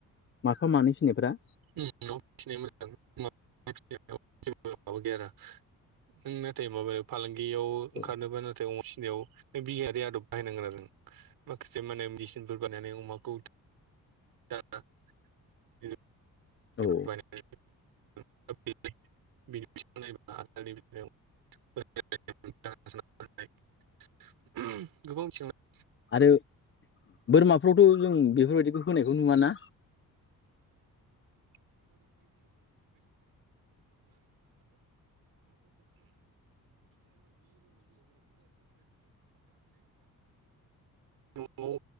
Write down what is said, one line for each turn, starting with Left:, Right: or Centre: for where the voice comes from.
Left: माफा मानै फिनायफ्रा
Right: ओम न'आव फिनाया मोजां <unintelligible> माबा गैया नों नाथाय माबायाव फालांगियाव ओंखारनोबा
Left: औ
Right: नाथाय अमा फि नायाव नों बिगियानारि आदब बाहायनांगोन आरो माखासे माने मेचिनफोर बानायनानै अमाखौ दाना उम। <unintelligible>
Left: औ
Right: <unintelligible>
Left: आरो बोरमाफ्रावथ' जों बेफोरबायदिखौ होनायखौ नुवाना
Right: <unintelligible> <unintelligible> <unintelligible> न'आव